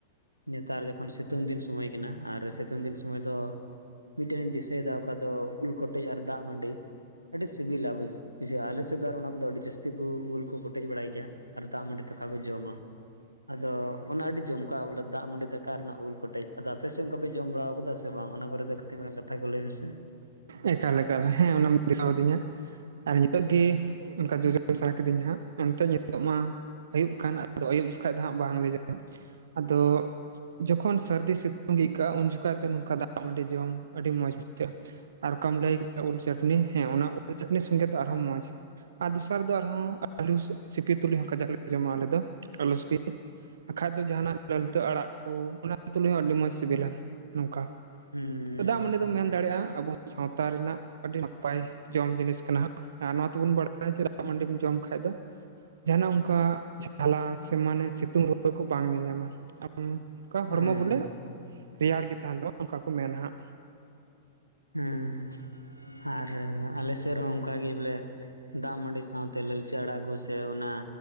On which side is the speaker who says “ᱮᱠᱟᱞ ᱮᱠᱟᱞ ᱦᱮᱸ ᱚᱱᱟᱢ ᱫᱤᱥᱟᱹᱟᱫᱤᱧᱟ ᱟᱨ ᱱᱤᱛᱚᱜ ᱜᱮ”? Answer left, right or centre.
Right